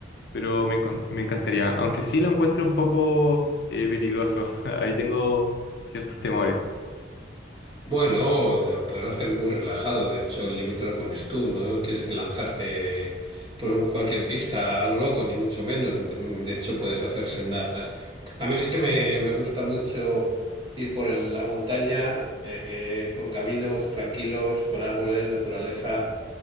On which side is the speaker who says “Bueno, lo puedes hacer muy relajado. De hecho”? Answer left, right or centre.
Right